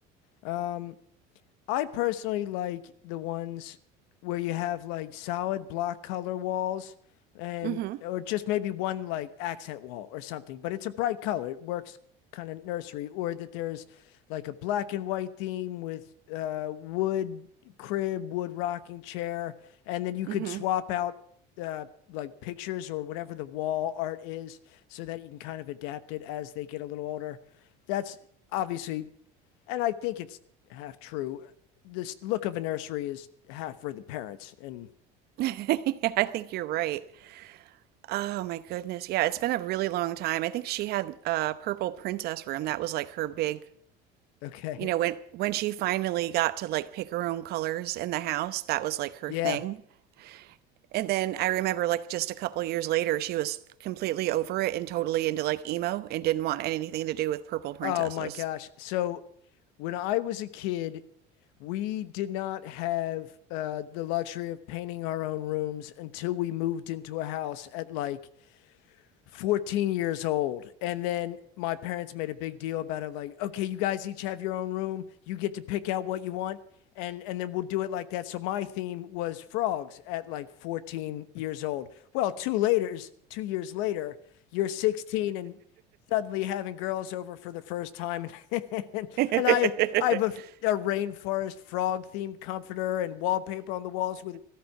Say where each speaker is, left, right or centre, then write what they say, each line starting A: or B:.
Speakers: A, on the left; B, on the right.
A: Um, I personally like the ones where you have like solid block color walls and
B: Mm-hmm.
A: or just maybe one like accent wall or something, but it's a bright color. It works kind of nursery or that there's like a black and white theme with uh wood crib, wood rocking chair, and then you could
B: Mm-hmm.
A: swap out uh like pictures or whatever the wall art is so that you can kind of adapt it as they get a little older. That's obviously and I think it's half true. This look of a nursery is half for the parents. And
B: <laughs> Yeah, I think you're right. Oh my goodness. Yeah, it's been a really long time. I think she had a purple princess room. That was like her big,
A: <laughs> okay.
B: you know, when when she finally got to like pick her own colors in the house, that was like her
A: Yeah.
B: thing. And then I remember like just a couple years later, she was completely over it and totally into like emo and didn't want anything to do with purple princesses.
A: Oh my gosh. So when I was a kid, we did not have uh, the luxury of painting our own rooms until we moved into a house at like 14 years old. And then my parents made a big deal about it like, okay, you guys each have your own room. You get to pick out what you want. And, and then we'll do it like that. So my theme was frogs at like 14 years old. Well, two later, two years later, you're 16 and suddenly having girls over for the first time. <laughs> and,
B: <laughs>
A: and I, I have a, a rainforest frog themed comforter and wallpaper on the walls with,